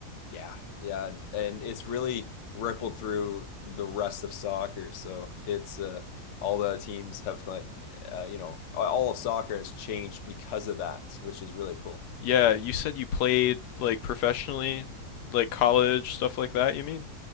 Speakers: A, on the left; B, on the left.
A: Yeah, yeah, and and it's really rippled through the rest of soccer. So it's uh, all the teams have like uh, you know all of soccer has changed because of that, which is really cool.
B: Yeah,
A: So
B: you said you played like professionally, like college stuff like that, you mean?